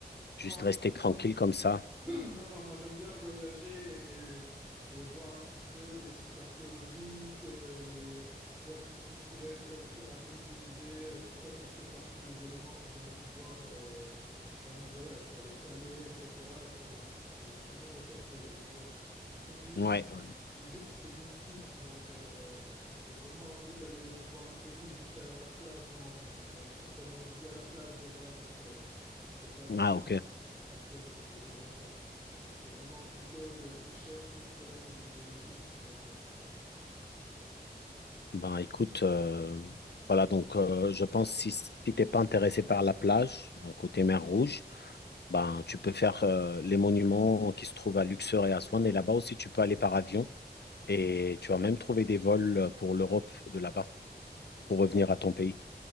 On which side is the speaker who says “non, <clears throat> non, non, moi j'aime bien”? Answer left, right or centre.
Centre